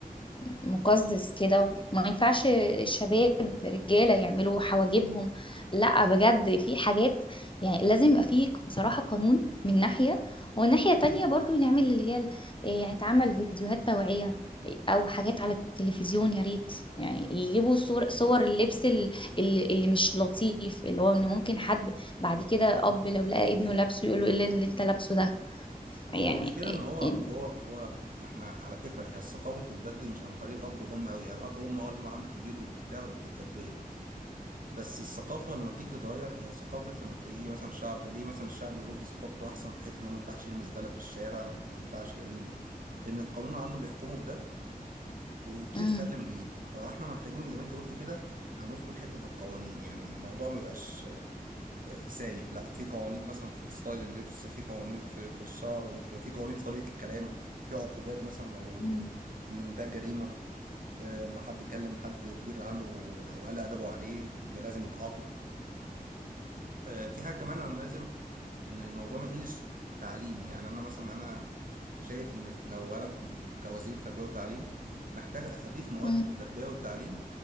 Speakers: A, on the left; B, on the right.
A: مقزز كده وما ينفعش شباب رجالة يعملوا حواجبهم لا بجد في حاجات يعني لازم يبقى فيه بصراحة قانون من ناحية ومن ناحية تانية برضو نعمل اللي هي ال- إيه يعني تعمل فيديوهات توعية أو حاجات على التلفزيون يا ريت يعني يجيبوا صور صور اللبس ال- ال- اللي مش لطيف اللي هو إن ممكن حد بعد كده أب لو لقى ابنه لابسه يقول له إيه اللي اللي أنت لابسه ده يعني
B: هو المشكلة
A: إيه-
B: ان هو هو
A: إيه-
B: هو احنا على فكرة هي الثقافة بتتبدل مش عن طريق الاب والام قوي يعني الاب والام اه ليهم عامل كبير والبتاع في التربية بس الثقافة لما بتيجي تتغير هي ثقافة لما بتيجي مثلا شعب ليه مثلا الشعب الاوروبي ثقافته احسن في حتة ان هو ما ينفعش يرمي زبالة في الشارع ما ما ينفعش يرمي لان القانون عنده بيحكمه في ده وجيل
A: مم.
B: سلم جيل فاحنا محتاجين زي ما انت قلت كده هنظبط حتة القوانين يعني الموضوع ما يبقاش آه، سايب لا في قوانين مثلا في ستايل اللبس في قوانين في في الشعر بيبقى في قوانين في طريقة الكلام في عقوبات مثلا لو
A: مم.
B: ان ده جريمة آه، ان حد كلم حد كبير عنه وقال ادبه عليه يبقى لازم يتعاقب آه، في حاجة كمان أنا لازم إن الموضوع ما يقلش تعليمي يعني أنا مثلا أنا شايف إن لو أنا كوزير تربية وتعليم محتاج أضيف مواد
A: مم.
B: في التربية والتعليم